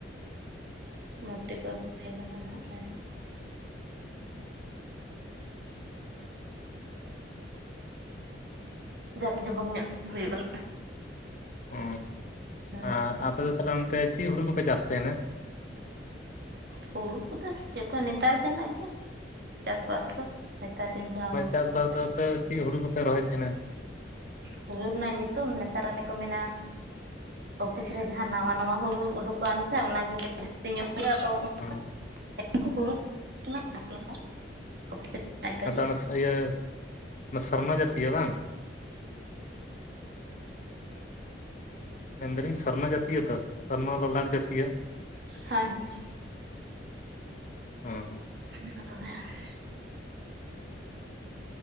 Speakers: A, on the right; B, on the left.
A: ᱢᱩᱨᱛᱤ ᱠᱚ ᱟᱹᱜᱩ ᱦᱩᱭ ᱠᱟᱱᱟ ᱱᱟᱜ ᱱᱮᱥ ᱫᱚ
B: <unintelligible>
A: ᱡᱟᱠ ᱡᱚᱡᱚᱠ ᱧᱚᱜ ᱦᱩᱭᱩᱜ ᱟᱱ
B: ᱚ
A: ᱦᱮᱸ
B: ᱟᱨ ᱟᱯᱮ ᱫᱚ ᱛᱟᱦᱞᱮ ᱚᱱᱛᱮ ᱪᱮᱫ ᱦᱩᱲᱩ ᱠᱚᱯᱮ ᱪᱟᱥ ᱛᱟᱦᱮᱱᱼᱟ
A: ᱦᱩᱲᱩ ᱠᱚᱫᱚ ᱪᱮᱫ ᱠᱚ ᱱᱮᱛᱟᱨ ᱫᱤᱱ ᱨᱮᱱᱟᱜ ᱜᱮ ᱪᱟᱥᱵᱟᱥ ᱫᱚ ᱱᱮᱛᱟᱨ ᱫᱤᱱ ᱡᱟᱦᱟᱸ ᱦᱩᱲᱩ
B: ᱪᱟᱥᱵᱟᱥ
A: ᱠᱚᱠᱚ ᱪᱟᱥ
B: ᱫᱚ ᱛᱚ ᱪᱮᱫ ᱦᱩᱲᱩ ᱠᱚᱯᱮ ᱨᱚᱦᱚᱭ ᱛᱟᱦᱮᱱᱟ
A: ᱦᱩᱲᱩ ᱨᱮᱱᱟᱜ ᱧᱩᱛᱩᱢ ᱱᱮᱛᱟᱨ ᱚᱱᱮ ᱠᱚ ᱢᱮᱱᱟ ᱚᱯᱷᱤᱥ ᱨᱮ ᱡᱟᱦᱟᱸ ᱱᱟᱶᱟ ᱱᱟᱶᱟ ᱦᱩᱲᱩ ᱩᱰᱩᱠ ᱠᱟᱱ ᱥᱮ ᱚᱱᱟᱜᱮ ᱡᱟᱹᱥᱛᱤ ᱧᱚᱜ ᱦᱩᱭᱩᱜᱼᱟ ᱛᱚ
B: <unintelligible>
A: <inaudible>
B: ᱟᱫᱚ ᱚᱱᱟ ᱥ- ᱤᱭᱟᱹ ᱚᱱᱟ ᱥᱚᱨᱱᱟ ᱡᱛᱤᱭᱚ ᱵᱟᱝ ᱢᱮᱱ ᱫᱟᱞᱤᱧ ᱥᱚᱨᱱᱚ ᱡᱟᱛᱤᱭᱚ ᱛᱚ ᱥᱚᱨᱱᱚ ᱞᱚᱞᱟᱴ ᱡᱟᱛᱤᱭᱚ
A: ᱦᱮᱸ ᱦᱮᱸ
B: ᱚ
A: <unintelligible>